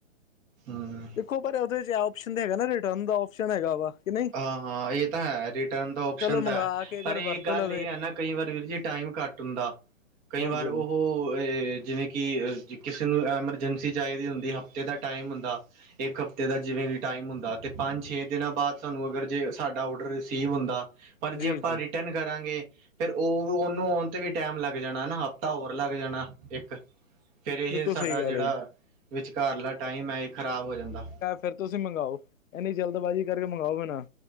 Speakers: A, on the right; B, on the left.
A: ਹੂੰ
B: ਦੇਖੋ ਪਰ ਓਦੇ ਚ ਔਪਸ਼ਨ ਤੇ ਹੈਗਾ ਨਾ, ਰਿਟਰਨ ਦਾ ਓਪਸ਼ਨ ਹੈਗਾ ਵਾ, ਕਿ ਨਈਂ
A: ਹਾਂ, ਹਾਂ ਇਹ ਤਾ ਹੈ, ਰਿਟ ਰਿਟਰਨ ਦਾ ਓਪਸ਼ਨ
B: ਮੰਗਵਾ
A: ਤਾਂ ਐ,
B: ਕੇ ਅਗਰ
A: ਪਰ ਏ
B: ਵਰਤ
A: ਗੱਲ
B: ਲਵੇ
A: ਏ ਐਨਾ, ਕਈ ਵਾਰ ਵੀਰ ਜੀ ਟਾਈਮ ਘੱਟ ਹੁੰਦਾ। ਕਈ
B: ਹਾਂਜੀ
A: ਵਾਰ, ਉਹੋ
B: ਹਾਂਜੀ,
A: ਏ ਜਿਵੇਂ ਕਿ ਕਿ ਕਿਸੇ ਨੂੰ ਐਮਰਜੈਂਸੀ ਚਾਹੀਦੀ ਹੁੰਦੀ, ਹਫ਼ਤੇ ਦਾ ਟਾਈਮ ਹੁੰਦਾ। ਇੱਕ ਹਫਤੇ ਦਾ ਜਿਵੇਂ ਵੀ ਟਾਈਮ ਹੁੰਦਾ, ਤੇ ਪੰਜ-ਛੇ ਦਿਨਾਂ ਬਾਦ ਸਾਨੂੰ ਅਗਰ ਜੇ ਸਾਡਾ ਆਰਡਰ ਰਿਸੀਵ ਹੁੰਦਾ, ਪਰ
B: ਜੀ
A: ਜੇ ਅਪਾਂ
B: ਜੀ
A: ਰਿਟਰਨ ਕਰਾਂਗੇ ਫੇਰ ਓ ਓਨੂੰ ਆਉਣ ਤੇ ਵੀ ਟੈਮ ਲੱਗ ਜਾਣਾ ਨਾ, ਹਫ਼ਤਾ ਹੋਰ ਲੱਗ ਜਾਨਾ, ਇੱਕ। ਫੇਰ, ਇਹ
B: ਬਿਲਕੁਲ
A: ਸਾਡਾ
B: ਸਹੀ ਗੱਲ
A: ਜਿਹੜਾ
B: ਹੈ ਜੀ
A: ਵਿਚਕਾਰਲਾ ਟਾਈਮ ਐ, ਏ ਖ਼ਰਾਬ ਹੋ ਜਾਂਦਾ।
B: ਫੇਰ, ਤੁਸੀ ਮੰਗਵਾਓ, ਐੱਨੀ ਜਲਦਬਾਜ਼ੀ ਕਰਕੇ ਮੰਗਾਵਾਓ ਵੀ ਨਾ